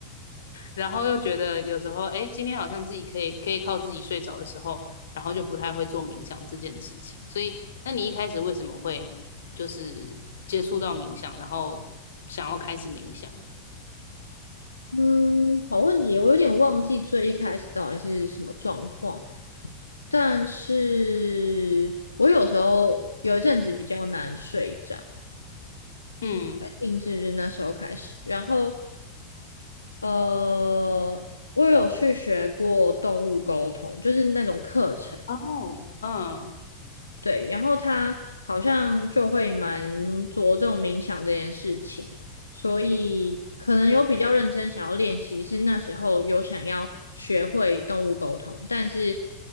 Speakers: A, on the left (about 65°); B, on the left (about 80°).
A: 然后又觉得有时候，哎，今天好像自己可以可以靠自己睡着的时候，然后就不太会做冥想这件事情。所以，那你一开始为什么会就是接触到冥想，然后想要开始冥想？
B: 嗯，好问题，我有点忘记最一开始到底是什么状况，但是我有时候有一阵子比较难睡着。
A: 嗯，
B: 确定是就是那时候开始，然后呃，我有去学过动物沟通，就是那种课程，
A: 哦，嗯，
B: 对，然后他好像就会蛮着重冥想这件事情，所以可能有比较认真想要练习，是那时候有想要学会动物沟通，但是